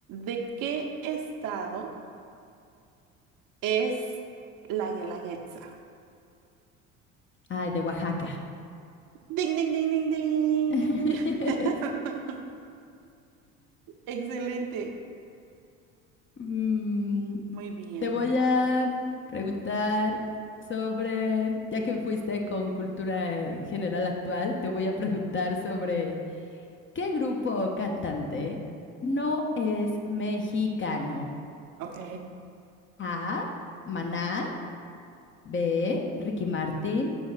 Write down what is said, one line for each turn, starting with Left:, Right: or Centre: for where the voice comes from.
Right: ¿De qué estado es la Guelaguetza?
Left: Ay, de Oaxaca.
Right: Ding, ding, ding, ding, ding.
Left: <laughs>
Right: <laughs> Excelente.
Left: Mm,
Right: Muy bien.
Left: te voy a preguntar sobre, ya que fuiste con cultura eh, general actual, te voy a preguntar sobre ¿qué grupo o cantante no es mexicano?
Right: Ok.
Left: A, Maná, B, Ricky Martin,